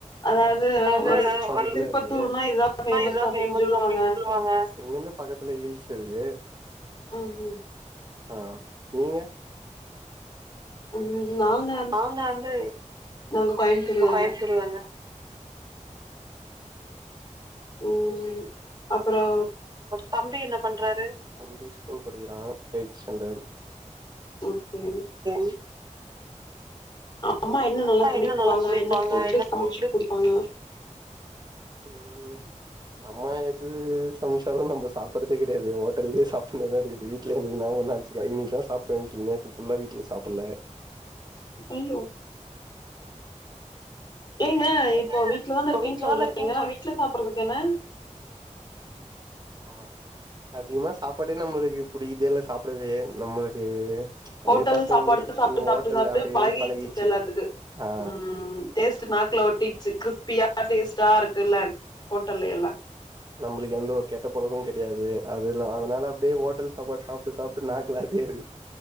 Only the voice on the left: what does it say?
அதாவது
ஒரு
திருப்பத்தூர்னா
இதுதான் ஃபேமஸ்
அப்டின்னு
சொல்லுவாங்க
ம் ம்
ம் நாங்க
நாங்க கோயம்புத்தூர் தாங்க
ம் அப்பறோ
ஓகே
அம்மா என்ன
நல்லா சமைப்பாங்க
என்ன ஃபுட்டு சமச்சு
கொடுப்பாங்க
ஐயோ ஏங்க
இப்போ வீட்லதானே
இருக்கேன்
சொல்றீங்க
வீட்ல சாப்புறதுக்கு என்ன
ஹோட்டல்
சாப்பாடு
சாப்ட்டு
சாப்ட்டு சாப்ட்டு
பழகிடுச்சு
எல்லாத்துக்கு
ம் டேஸ்ட்டு நாக்ல ஒட்டிச்சு கிறிஸ்பியா டேஸ்ட்டா இருக்குல்ல ஹோட்டல்ல எல்லா